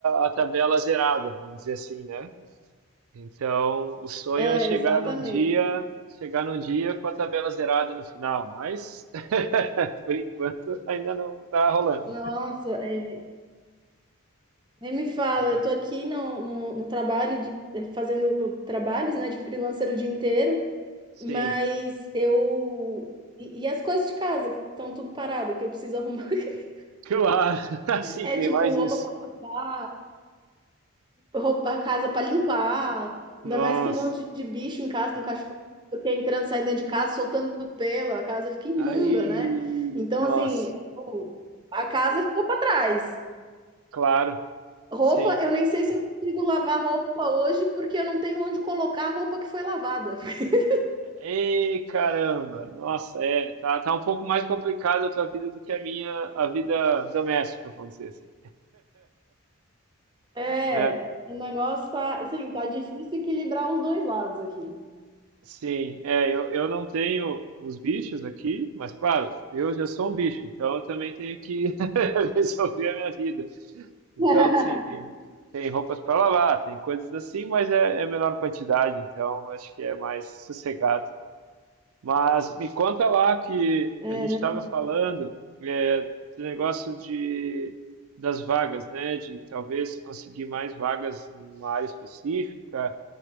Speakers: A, on the right; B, on the right.
A: a tabela zerada, vamos dizer assim, né? Então, o sonho
B: É,
A: é chegar
B: exatamente.
A: num dia, chegar num dia com a tabela zerada no final, mas <laughs> por enquanto ainda não está rolando,
B: Nossa, é, nem me fala,
A: né?
B: eu tô aqui no, no, no trabalho de é, fazendo trabalhos, né, de freelancer o dia inteiro, mas
A: Sim,
B: eu e, e as coisas de casa que estão tudo parada, que eu preciso arrumar. <laughs>
A: claro, <laughs> sim,
B: É
A: tem
B: tipo
A: mais
B: roupa
A: isso.
B: para lavar. roupa, a casa para limpar, ainda
A: Nossa,
B: mais com um monte de bicho em casa, com cachorro, porque entrando, saindo dentro de casa, soltando pelo, a casa fica imunda,
A: aí,
B: né? Então,
A: nossa,
B: assim, eu- a casa ficou para trás.
A: claro,
B: Roupa,
A: sim.
B: eu nem sei se eu consigo lavar roupa hoje, porque eu não tenho onde colocar a roupa que foi lavada. <laughs>
A: Ei, caramba, nossa, é, tá, tá um pouco mais complicada a tua vida do que a minha, a vida doméstica, vamos dizer assim,
B: É,
A: né?
B: o negócio tá, assim, tá difícil equilibrar os dois lados aqui.
A: Sim, é, eu, eu não tenho os bichos aqui, mas claro, eu já sou um bicho, então eu também tenho que <laughs> resolver a minha vida. Então,
B: <laughs>
A: sim, tem, tem roupas para lavar, tem coisas assim, mas é, é menor quantidade, então acho que é mais sossegado. Mas me conta lá que
B: É,
A: a gente
B: né?
A: estava falando é, do negócio de, das vagas, né? De talvez conseguir mais vagas em uma área específica.